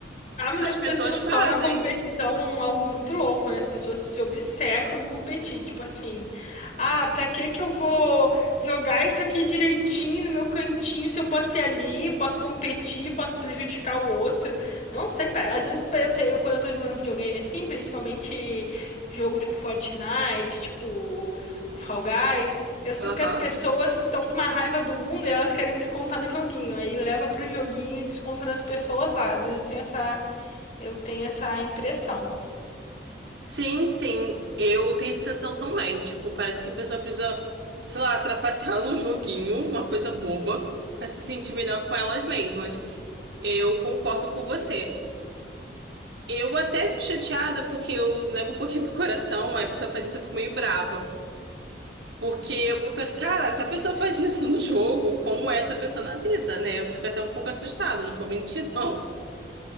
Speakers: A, on the left (about 40°); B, on the right (about 80°).
A: Ah, mas as
B: as pessoas
A: pessoas
B: fazem.
A: tornam a competição um- algo muito louco, né? As pessoas se obcecam em competir, tipo assim, ah, pra que que eu vou jogar isso aqui direitinho no meu cantinho se eu posso ir ali, posso competir, posso prejudicar o outro? Não sei, pa- às vezes pa- eu, te- eu- quando eu tô jogando videogame assim, principalmente jogo tipo Fortnite, tipo o Fall Guys, eu sinto
B: Aham.
A: que as pessoas estão com uma raiva do mundo e elas querem descontar no joguinho, aí leva pro joguinho e desconta nas pessoas lá. Às vezes eu tenho essa eu tenho essa impressão.
B: Sim, sim, eu tenho essa sensação também. Tipo, parece que a pessoa precisa, sei lá, trapacear no joguinho, uma coisa boba, pra se sentir melhor com elas mesmas. Eu concordo com você. Eu até fico chateada porque eu levo um pouquinho pro coração, aí a pessoa faz isso, eu fico meio brava. Porque eu penso, cara, se a pessoa faz isso no jogo, como é essa pessoa na vida, né? Eu fico até um pouco assustada, não vou mentir, <laughs> não.